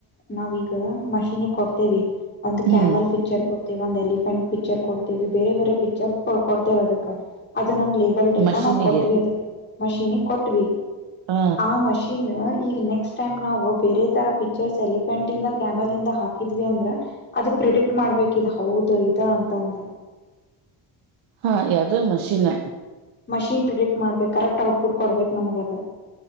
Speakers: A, on the left (about 25°); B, on the right (about 80°).
A: ನಾವೀಗ ಮಷೀನ್ಿಗೆ ಕೊಡ್ತೇವಿ ಒಂದು್
B: ಹ್ಮ್
A: ಕ್ಯಾಮಲ್ ಪಿಕ್ಚರ್ ಕೊಡ್ ಒಂದ್ ಎಲಿಫೆಂಟ್ ಪಿಕ್ಚರ್ ಕೊಡ್ತೇವಿ ಬೇರೆ ಬೇರೆ ಪಿಕ್ಚರ್ಸ್ ಕೊಡ್ತೇವೆ ಅದಕ್ಕೆ ನಮ್ ಲೇಬಲ್ ಡೇಟಾ
B: ಮಷೀನಿಗೆ
A: ನಾವು ಕೊಟ್ಟವಿ ಅದ ಮಷೀನ್ಿಗೆ ಕೊಟ್ವಿ
B: ಹ
A: ಆ ಮಷೀನ್ ಈಗ ನೆಕ್ಸ್ಟ್ ಟೈಮ್ ನಾವು ಬೇರೆ ತರ ಪಿಕ್ಚರ್ಸ್ ಎಲಿಫೆಂಟ್ ಇಂದ ಕ್ಯಾಮಂದ ಹಾಕಿದ್ವಿ ಅಂದ್ರ ಅದು ಪ್ರಿಡಿಕ್ಟ್ ಮಾಡ್ಬೇಕ ಹೌದು ಇ ಅಂತಂದ
B: ಹಾ ಯದ ಮಷೀನ್
A: ಮಷೀನ್ ಪ್ರಿಡೆಕ್ಟ್ ಮಾಡ್ಬೇಕು ಕರೆಕ್ಟ್ ಔಟ್ಪುಟ್ ಕೊಡ್ಬೇಕು ನಮಗದ